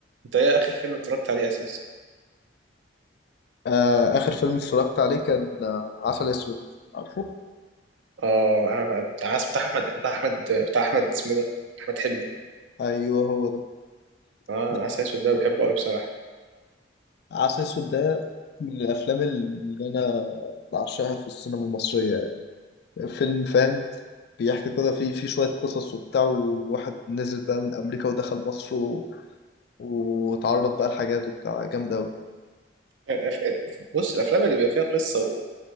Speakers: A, on the right; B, on the left.
A: انت ايه اخر فيلم اتفرجت عليه اساسا
B: آه آخر فيلم اتفرجت عليه كان آه عسل أسود عارفه؟
A: اه بتاع عسل- بتاع احمد بتاع احمد بتاع احمد اسمه إيه ده احمد حلمي
B: أيوه هو ده
A: اه
B: ده
A: عسل اسود ده بحبه قوي بصراحه
B: عسل أسود ده من الأفلام اللي أنا بعشقها في السينما المصرية فيلم فاهم بيحكي كده فيه فيه شوية قصص وبتاع وواحد نزل بقى من أمريكا ودخل مصر و... وتعرض بقى لحاجات وبتاع جامد أوي
A: اف- اف- بص الافلام اللي بيبقى فيها قصه و...